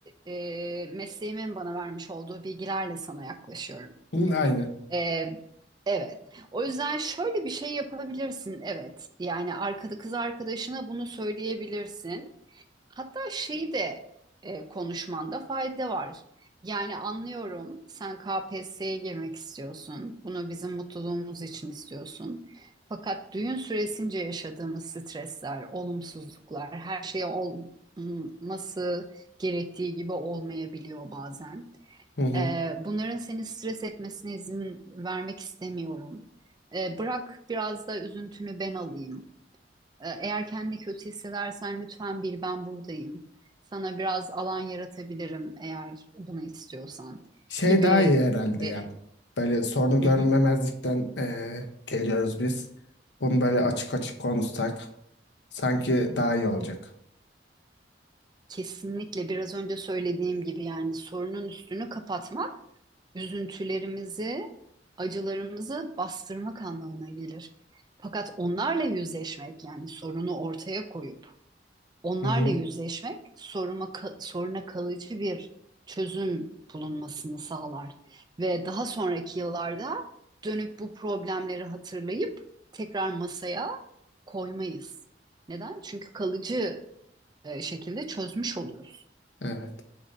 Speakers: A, on the right (about 25°); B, on the left (about 70°).
A: e, mesleğimin bana vermiş olduğu bilgilerle sana yaklaşıyorum.
B: Hı, Aynen.
A: E, evet. O yüzden şöyle bir şey yapabilirsin. Evet. Yani arkada kız arkadaşına bunu söyleyebilirsin. Hatta şeyi de e, konuşmanda fayda var. Yani anlıyorum sen KPSS'ye girmek istiyorsun. Bunu bizim mutluluğumuz için istiyorsun. Fakat düğün süresince yaşadığımız stresler, olumsuzluklar, her şey olması gerektiği gibi olmayabiliyor bazen.
B: Hı hı.
A: E, bunların seni stres etmesine izin vermek istemiyorum. E, bırak biraz da üzüntünü ben alayım. E, Eğer kendini kötü hissedersen lütfen bil ben buradayım. Sana biraz alan yaratabilirim eğer bunu istiyorsan
B: Şey
A: gibi.
B: daha iyi herhalde
A: E,
B: yani. Böyle sorunu görmemezlikten
A: hı hı.
B: eee, geliyoruz biz. Bunu böyle açık açık konuşsak sanki daha iyi olacak.
A: Kesinlikle biraz önce söylediğim gibi yani sorunun üstünü kapatmak üzüntülerimizi, acılarımızı bastırmak anlamına gelir. Fakat onlarla yüzleşmek yani sorunu ortaya koyup onlarla
B: Hı hı.
A: yüzleşmek soruma, ka- soruna kalıcı bir çözüm bulunmasını sağlar. Ve daha sonraki yıllarda dönüp bu problemleri hatırlayıp tekrar masaya koymayız. Neden? Çünkü kalıcı e, şekilde çözmüş oluyoruz.
B: Evet.